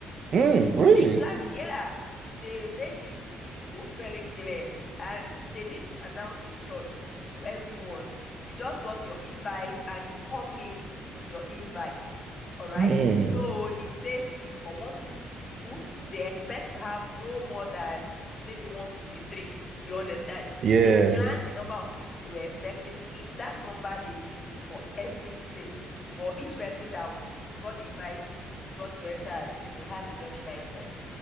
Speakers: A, on the right; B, on the left.
A: Hmm.
B: So
A: really?
B: they planned, yeah, they made it, you know, very clear. And they didn't announce in church to everyone. You just got your invite and you come in with your invite. All right.
A: Hmm.
B: So the space, if it's for 150 people, they expect to have no more than maybe 153. You understand?
A: yeah.
B: They planned the number of people they were expecting. It's that number they used for everything. But each person that got the invite got to enter and, you know, have a very nice time.